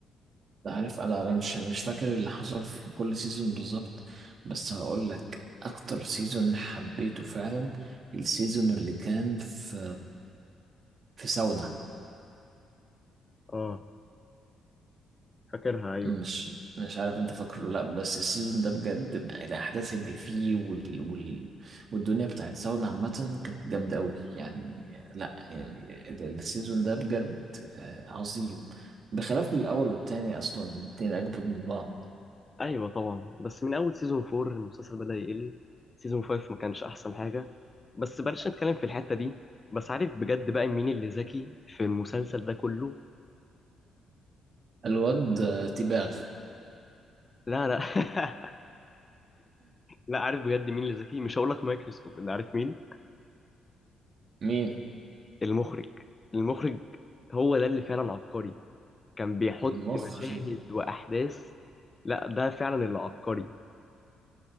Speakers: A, on the right; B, on the left.
A: أنت عارف انا انا مش مش فاكر اللي حصل في كل سيزون بالظبط بس هقول لك اكتر سيزون حبيته فعلا السيزون اللي كان في في ساونا
B: آه فاكرها أيوه
A: مش مش عارف انت فاكره ولا لا بس السيزون ده بجد الاحداث اللي فيه وال... وال... والدنيا بتاعت ساونا عامه كانت جامده قوي يعني لا يعني ال- السيزون ده بجد آه، عظيم بخلاف الاول والتاني اصلا الاتنين اجمد من بعض
B: ايوه طبعا بس من اول سيزون 4 المسلسل بدأ يقل سيزون 5 ما كانش احسن حاجه بس بلاش نتكلم في الحته دي بس عارف بجد بقى مين اللي ذكي في المسلسل ده كله
A: الواد آه، تيباغ
B: لا لا <laughs> لا عارف بجد مين اللي ذكي مش هقول لك مايكل سكوف اللي عارف مين
A: مين
B: المخرج المخرج هو ده اللي فعلا عبقري كان بيحط
A: المخرج
B: مشاهد واحداث لا ده فعلا اللي عبقري